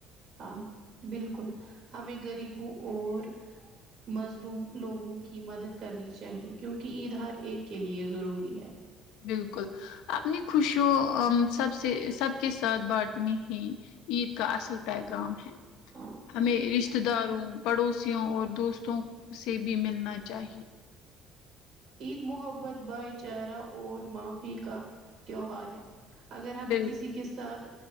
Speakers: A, on the right; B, on the left.
A: ہاں بالکل ہمیں غریبوں اور مظلوم لوگوں کی مدد کرنی چاہیے کیونکہ عید ہر ایک کے لیے ضروری ہے
B: بالکل اپنی خوشیوں سب سے سب کے ساتھ بانٹنی ہیں عید کا اصل پیغام ہے
A: ہاں
B: ہمیں رشتتے داروں پڑوسیوں اور دوستوں سے بھی ملنا چاہیے
A: عید محبت بھائی چارہ اور معافی کا تیوہار ہے اگر ہمیں
B: بال
A: کسی کے ساتھ